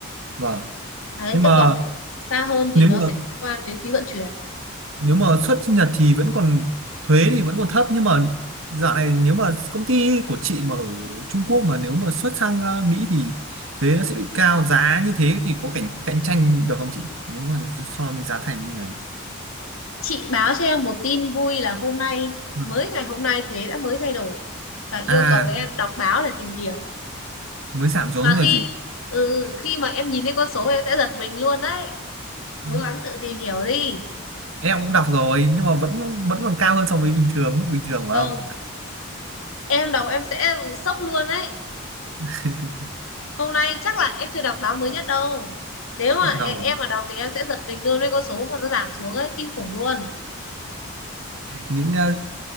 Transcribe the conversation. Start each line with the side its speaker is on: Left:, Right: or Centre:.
Right: vâng
Left: Đấy,
Right: nhưng
Left: thế
Right: mà
Left: còn xa hơn thì
Right: nếu
Left: nó sẽ
Right: mà
Left: liên quan đến phí vận chuyển.
Right: nếu mà xuất Nhật thì vẫn còn thuế thì vẫn còn thấp nhưng mà dạo này nếu mà công ty của chị mà ở Trung Quốc mà nếu mà xuất sang ờ, Mỹ thì thuế nó sẽ bị cao giá như thế thì có cạnh cạnh tranh được không chị nếu mà so với giá thành như này
Left: Chị báo cho em một tin vui là hôm nay
Right: Ừ.
Left: mới ngày hôm nay thuế đã mới thay đổi và yêu
Right: à
Left: cầu em đọc báo để tìm hiểu.
Right: mới giảm xuống
Left: và
Right: rồi
Left: khi
Right: chị
Left: ừ, khi mà em nhìn thấy con số em sẽ giật mình luôn đấy cố
Right: Ừ.
Left: gắng tự tìm hiểu đi
Right: em cũng đọc rồi nhưng mà vẫn vẫn còn cao hơn so với bình thường mức bình thường phải
Left: không
Right: không
Left: em đọc em sẽ sốc luôn đấy
Right: <laughs>
Left: hôm nay chắc là em chưa đọc báo mới nhất đâu nếu mà
Right: em
Left: e-
Right: đọc
Left: em
Right: rồi
Left: mà đọc thì em sẽ giật mình luôn với con số mà nó giảm xuống ấy kinh khủng luôn
Right: những ờ,